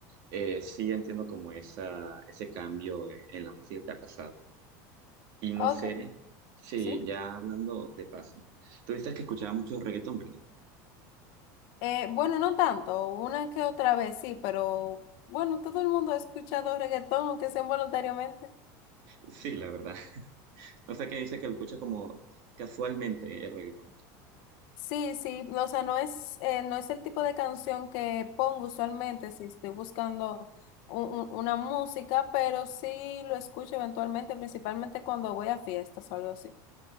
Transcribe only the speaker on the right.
Eh, sí, entiendo como esa, ese cambio en, en la música que ha pasado. Y no
sé si
ya hablando de paso, tú dices que escuchaba mucho reggaetón, ¿verdad?
Sí, la verdad. <laughs> O sea que dice que lo escucha como casualmente el reggaetón.